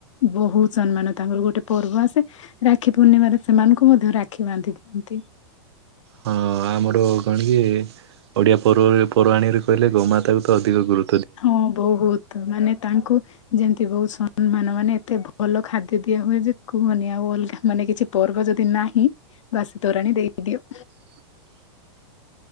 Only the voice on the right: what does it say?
ହଁ ଆମର କଣ କି ଓଡ଼ିଆ ପର୍ବରେ ପର୍ବାଣୀରେ କହିଲେ ଗୋମାତାକୁ ତ ଅଧିକ ଗୁରୁ
ହ